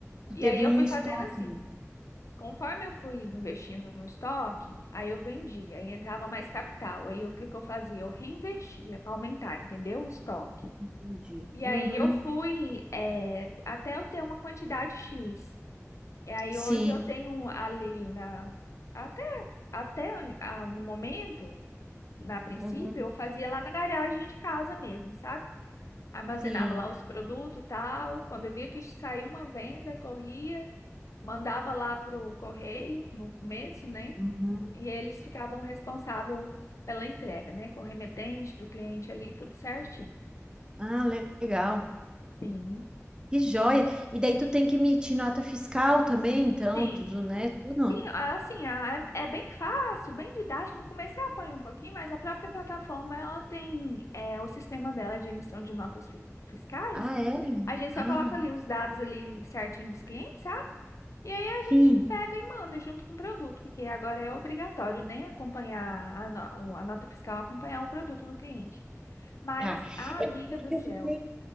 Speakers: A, on the right (about 15°); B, on the left (about 65°).
A: Tu
B: E
A: teve
B: aí eu
A: um
B: fui
A: estoque,
B: fazendo assim.
A: né?
B: Conforme eu fui investindo no estoque, aí eu vendia, aí entrava mais capital. Aí o que que eu fazia? Eu reinvestia para aumentar, entendeu? O estoque.
A: Entendi.
B: E
A: Uhum,
B: aí eu fui eh, até eu ter uma quantidade X. E aí
A: sim,
B: hoje eu tenho ali na. Até, até an- ah, no momento, na princípio,
A: uhum,
B: eu fazia lá na garagem de casa mesmo, sabe? Armazenava
A: sim.
B: lá os produtos e tal. Quando eu via que saiu uma venda, corria, mandava lá pro correio no começo, né?
A: Uhum.
B: E eles ficavam responsável pela entrega, né? Com o remetente do cliente ali, tudo certinho.
A: Ah, le- legal.
B: Sim.
A: Que joia. E daí tu tem que emitir nota fiscal também, então,
B: Sim.
A: tudo, né? Tudo.
B: E, assim, a- é bem fácil, bem didático. No começo eu apanho um pouquinho, mas a própria plataforma, ela tem é, o sistema dela de emissão de notas fi- fiscais.
A: Ah, é?
B: A gente só
A: Ah,
B: coloca ali os dados ali certinho dos clientes, sabe? E aí a
A: sim.
B: gente pega e manda junto com o produto, porque agora é obrigatório, né? Acompanhar a, no- a nota fiscal, acompanhar o produto do cliente. Mas,
A: Tá.
B: a
A: É
B: amiga
A: porque
B: do céu.
A: eu fiquei